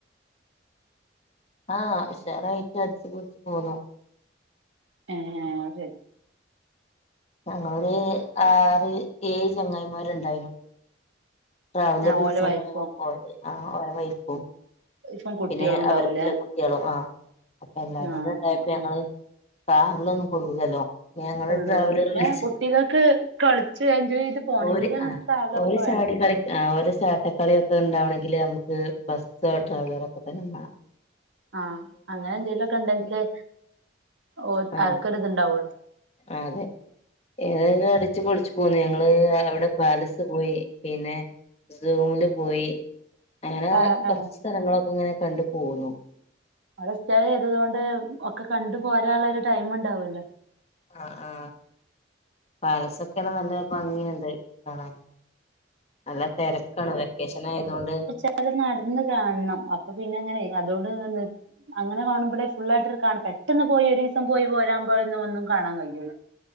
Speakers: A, on the left (about 35°); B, on the right (about 80°).
A: ആഹ് ഉഷാറായിട്ട് അടിച്ച് പൊളിച്ച് പോന്നു.
B: ഏഹ് അഹ് ശരി
A: ഞങ്ങളൊരു ആറ് ഏഴ് ചങ്ങായിമാര് ണ്ടെയുനു. ട്രാവലറ് വിളിച്ചാണ്ടാ
B: ഓലെ വൈഫും
A: ഞങ്ങള് പോയത് ആ ഓരെ വൈഫും.
B: ഇപ്പം കുട്ടികളും
A: പിന്നെ
B: ഉണ്ടാവൂലേ
A: അവർക്ക്‌ല്ല കുട്ട്യാളും ആ അപ്പൊ എല്ലാരും
B: ആഹ്
A: കൂടെ ഉണ്ടായപ്പോ
B: ആഹ്
A: ഞങ്ങള്
B: ആഹ്
A: കാറിലൊന്നും കൊള്ളൂലല്ലോ. ഞങ്ങള്
B: കൊള്ളൂലല്ലോ
A: ട്രാവലർ
B: പിന്നെ
A: വിളിച്ച്
B: കുട്ടികൾക്ക് കളിച്ച് എൻജോയ് ചെയ്ത് പോണെങ്കില്
A: ഓര്
B: അങ്ങനെ
A: ആ
B: ട്രാവലറ്
A: ഓര്
B: ഒക്കെ
A: ചാടി
B: വേണം.
A: കളി ആ ഓരെ ചാട്ടക്കളിയൊക്കെ ഉണ്ടാവണെങ്കില് നമുക്ക് ബസ്സോ ട്രാവലറൊ ഒക്കെ തന്നെ മാണം.
B: ആഹ് അങ്ങനെ എന്തെലൊക്കെ ഉണ്ടെങ്കിലെ ഓൽ
A: ആ
B: അവർക്ക്‌ ഒരു ഇത്ണ്ടാവുള്ളൂ.
A: അതെ ഇതന്നെ അടിച്ച് പൊളിച്ച് പോന്ന് ഞങ്ങള് അവിടെ പാലസ് പോയി പിന്നെ സൂമില് പോയി അങ്ങനെ
B: ആഹ്
A: കൊറച്ച്
B: ആഹ്
A: സ്ഥലങ്ങളൊക്കെ ഇങ്ങനെ കണ്ടു പോന്നു.
B: അവടെ സ്റ്റെ ചെയ്തത് കൊണ്ട് ഒക്കെ കണ്ടു പോരാനുള്ള ഒരു ടൈം ഉണ്ടാവല്ലോ.
A: ആ ആ പാലസൊക്കെണ് നല്ല ഭംഗിയുണ്ട് കാണാന് നല്ല തെരക്കാണ് വെക്കേഷന് ആയതോണ്ട്.
B: അത്‌ നടന്ന് കാണണം അപ്പൊ പിന്നെ ങ്ങനെ അതോണ്ട് നിന്നി അങ്ങനെ കാണുമ്പളെ ഫുള്ളായിട്ട് കാണണ്ടേ പെട്ടന്ന് പോയി ഒരു ദിസം പോയി പോരാപോഴന്ന ഒന്നും കാണാൻ കഴിയൂല്ല